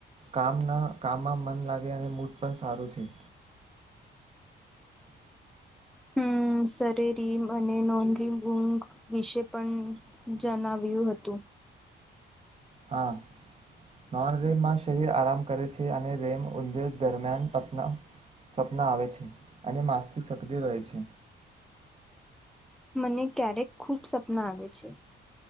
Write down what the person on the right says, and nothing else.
કામના કામમાં મન લાગે, અને મૂડ પણ સારું છે.
હા નોન રેમમાં શરીર આરામ કરે છે, અને રેમ ઊંધેર દરમિયાન પતના સપના આવે છે, અને માસતી સક્રિય રહે છે.